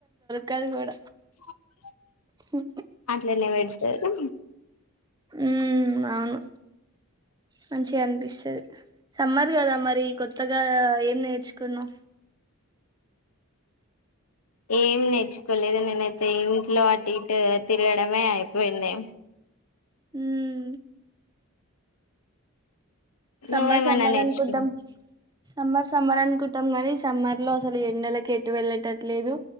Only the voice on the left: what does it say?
<unintelligible> <inaudible>
అట్లనే పెడతారు
ఏమి నేర్చుకోలేదు. నేనైతే ఇంట్లో అటు ఇటు తిరగడమే అయిపోయింది.
నువ్వేమన్నా
నేర్చుకు